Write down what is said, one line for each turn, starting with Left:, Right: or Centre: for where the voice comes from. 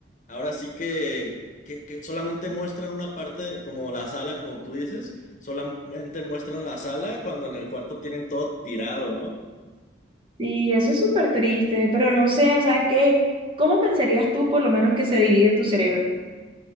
Left: ahora sí que, que, que solamente muestran una parte, como la sala, como tú dices, solamente muestran la sala cuando en el cuarto tienen todo tirado, ¿no?
Right: Y eso es súper triste, pero no sé, o sea, ¿qué, cómo pensarías tú por lo menos que se divide tu cerebro?